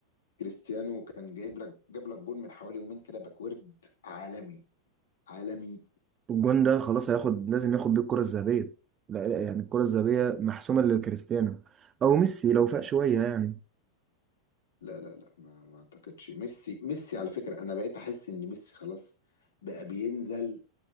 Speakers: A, on the left (about 65°); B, on the right (about 25°).
A: كريستيانو كان جايب لك جاب لك جول من حوالي يومين كده باكورد عالمي عالمي
B: الجون ده خلاص هياخد لازم ياخد بيه الكره الذهبيه لا لا يعني الكره الذهبيه محسومه لكريستيانو او ميسي لو فاق
A: ده
B: شويه يعني
A: لا لا لا ما ما اعتقدش ميسي ميسي على فكرة انا بقيت احس ان ميسي خلاص بقى بينزل